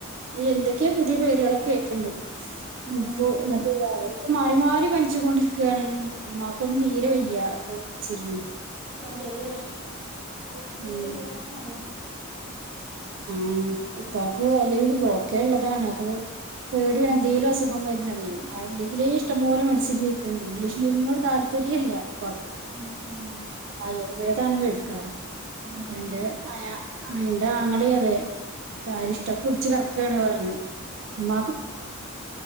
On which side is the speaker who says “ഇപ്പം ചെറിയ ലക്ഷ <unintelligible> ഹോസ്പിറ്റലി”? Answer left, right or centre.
Centre